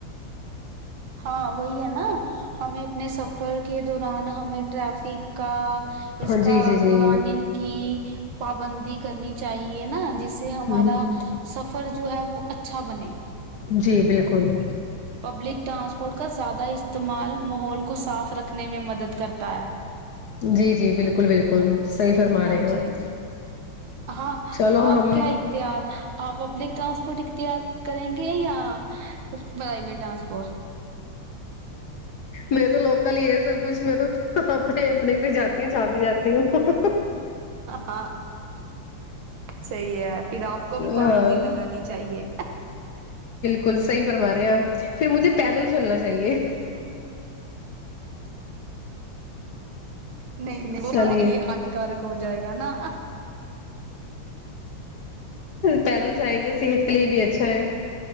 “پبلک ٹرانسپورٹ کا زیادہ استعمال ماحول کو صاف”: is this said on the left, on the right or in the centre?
Right